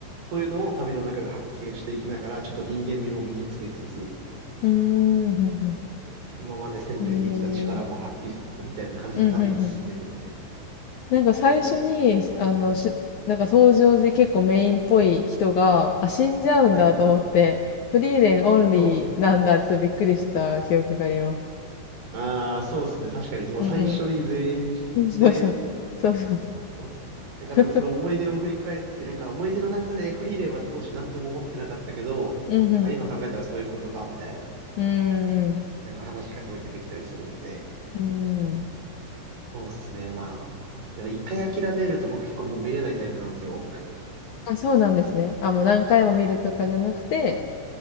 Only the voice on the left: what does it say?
うーん、ふん。ん
ふんへえ。うん、うん、うん。なんか最初に、あの、し、なんか登場で結構メインっぽい人が、あ、死んじゃうんだと思って、
フリーレンオンリーなんだってちょっとびっくりした記憶があります。
うんうん。うん、そうそう。そうそう。
<laughs>
うんうん。
うーん、
うん。ーん。
あ、そうなんですね。あ、もう何回も見るとかじゃなくて、